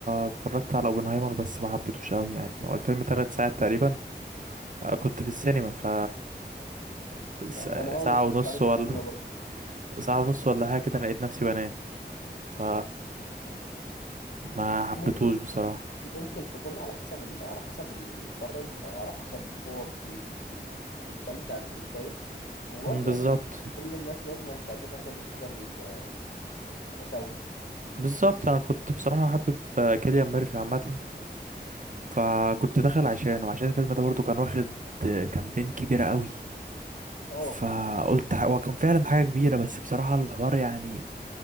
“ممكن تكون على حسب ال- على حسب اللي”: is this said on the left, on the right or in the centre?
Left